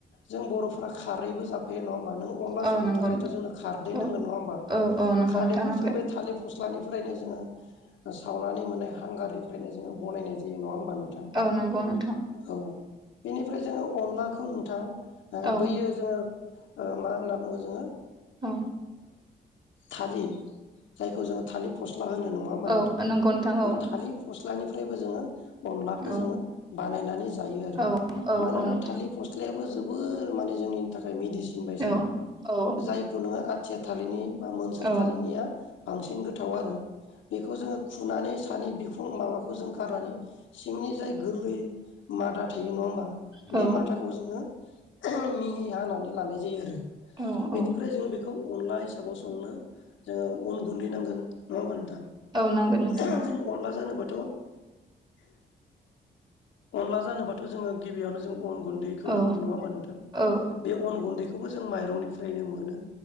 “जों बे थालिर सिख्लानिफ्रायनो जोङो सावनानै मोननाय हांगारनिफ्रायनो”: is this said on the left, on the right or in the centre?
Left